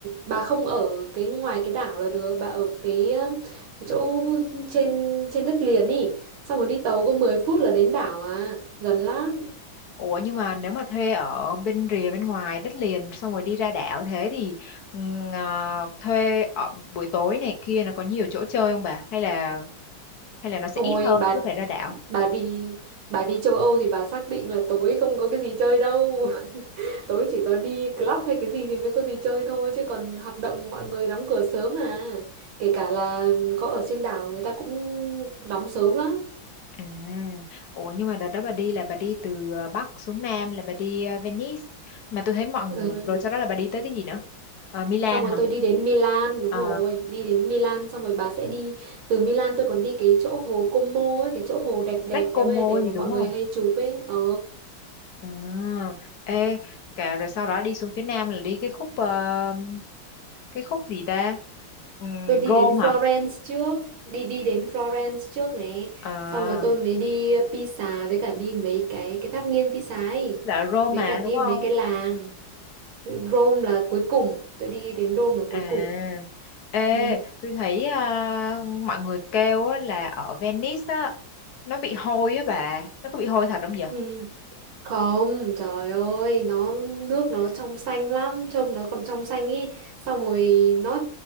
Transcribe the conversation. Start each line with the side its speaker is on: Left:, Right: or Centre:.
Right: bà không ở cái ngoài cái đảo là được, bà ở cái ờ, cái chỗ trên trên đất liền ý, xong rồi đi tàu có 10 phút là đến đảo à, gần lắm.
Left: Ủa nhưng mà nếu mà thuê ở bên rìa bên ngoài đất liền xong rồi đi ra đảo thế thì ừm, à, thuê ở buổi tối này kia nó có nhiều chỗ chơi không bà? Hay là hay là nó sẽ
Right: Ôi
Left: ít hơn
Right: bà
Left: cứ phải ra đảo
Right: bà đi bà đi châu Âu thì bà xác định là tối không có cái gì chơi đâu. <laughs> Tối chỉ có đi club hay cái gì thì mới có gì chơi thôi chứ còn hoạt động mọi người đóng cửa sớm mà. Kể cả là có ở trên đảo người ta cũng đóng sớm lắm.
Left: à ủa nhưng mà đợt đó bà đi là bà đi từ ờ, Bắc xuống Nam là bà đi ờ, Venice mà tôi thấy mọi người
Right: Ừ.
Left: rồi sau đó là bà đi tới cái gì nữa Ờ, Milan
Right: Xong rồi
Left: hả
Right: tôi đi đến Milan, đúng
Left: Ờ,
Right: rồi, đi đến Milan xong rồi bà sẽ đi từ Milan tôi còn đi cái chỗ hồ Como ấy, cái chỗ hồ đẹp đẹp
Left: Lake Como
Right: đẹp ơi là đẹp
Left: gì
Right: mà
Left: đúng
Right: mọi
Left: không
Right: người hay chụp ấy. Ờ,
Left: à ê cả rồi sau đó đi xuống phía Nam là đi cái khúc ờ, cái khúc gì ta Ừm,
Right: tôi đi
Left: Rome
Right: đến Florence
Left: hả
Right: trước, đi đi đến Florence trước này,
Left: à
Right: xong rồi tôi mới đi Pisa với cả đi mấy cái cái tháp nghiêng Pisa ấy,
Left: là Rome
Right: với
Left: mà
Right: cả đi
Left: đúng không
Right: mấy cái làng. Rome là cuối cùng, tôi đi đến Rome là cuối
Left: À,
Right: cùng.
Left: ê,
Right: Ừ.
Left: tôi thấy à, mọi người kêu á, là ở Venice á, nó bị hôi á bà, nó có bị hôi thật không vậy?
Right: Ừ. Không, trời ơi, nó nước nó trong xanh lắm, trông nó còn trong xanh ý. Xong rồi nó